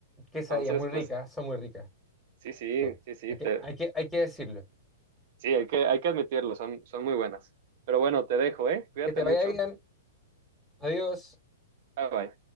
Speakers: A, in the centre; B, on the right.
A: Quesadillas
B: Entonces,
A: muy ricas,
B: pues
A: son muy ricas.
B: sí, sí,
A: Sí.
B: sí, sí,
A: Hay que,
B: te,
A: hay que, hay que decirlo.
B: sí, hay que, hay que admitirlo, son, son muy buenas. Pero bueno, te dejo, ¿eh? Cuídate
A: Que te
B: mucho.
A: vaya bien. Adiós.
B: Bye bye.